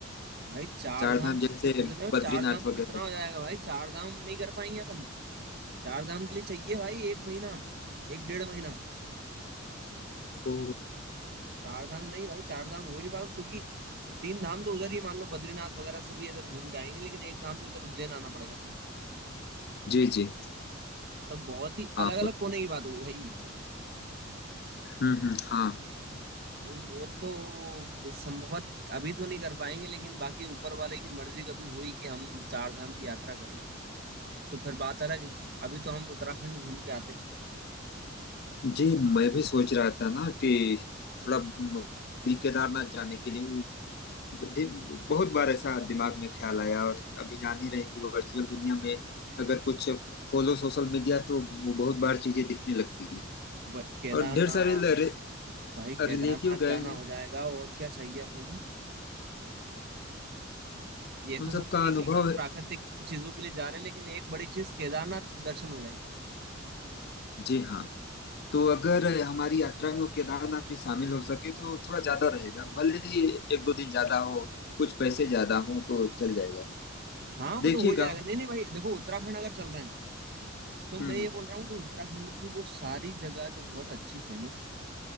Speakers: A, on the right; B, on the left.
A: भाई चार
B: चार
A: धाम
B: धाम
A: समझ
B: जैसे
A: रहे हो
B: बद्रीनाथ
A: चार धाम
B: वगैरह
A: कितना हो जाएगा भाई चार धाम नहीं कर पाएंगे अपन चार धाम के लिए चाहिए भाई एक महीना एक डेढ़ महीना
B: ओ
A: चार धाम नहीं भाई चार धाम हो ही नहीं पाएगा क्योंकि तीन धाम तो उधर ही मान लो बद्रीनाथ वगैरह सब ये इधर घूम के आएंगे लेकिन एक धाम तो इधर उज्जैन आना पड़ेगा अपने को
B: जी जी
A: तब बहुत ही
B: हाँ
A: अलग अलग कोने की बात हो गई भाई
B: हम्म हम्म, हाँ
A: तो वो तो संभवत अभी तो नहीं कर पाएंगे लेकिन बाकी ऊपर वाले की मर्जी कभी हुई कि हम चार धाम की यात्रा कर लें तो फिर बात अलग है अभी तो हम उत्तराखंड घूम के आते हैं
B: जी मैं भी सोच रहा था ना कि थोड़ा म, केदारनाथ जाने के लिए ढि- बहुत बार ऐसा दिमाग में ख्याल आया और अभी जान ही रहे हैं कि वर्चुअल दुनिया में अगर कुछ खोलो सोशल मीडिया तो वो बहुत बार चीजें दिखने लगती हैं
A: ब- केदारनाथ
B: और ढेर सारे ल- रे,
A: भाई केदारनाथ
B: रिलेटिव गए
A: जाना
B: हैं
A: हो जाएगा और क्या चाहिए अपने को ये
B: उन
A: तो सब
B: सबका
A: ठीक
B: अनुभव
A: है अपन प्राकृतिक
B: है
A: चीजों के लिए जा रहे हैं लेकिन एक बड़ी चीज केदारनाथ दर्शन हो जाएंगे
B: जी हाँ तो अगर हमारी यात्रा में केदारनाथ भी शामिल हो सके तो थोड़ा ज्यादा रहेगा भले ही एक दो दिन ज्यादा हो कुछ पैसे ज्यादा हो तो चल जाएगा
A: हाँ वो
B: देखिएगा
A: तो हो जाएगा नहीं नहीं भाई देखो उत्तराखंड अगर चल रहे हैं तो मैं
B: हम्म हम्म।
A: ये बोल रहा हूँ कि उत्तराखंड की वो सारी जगह जो बहुत अच्छी फेमस है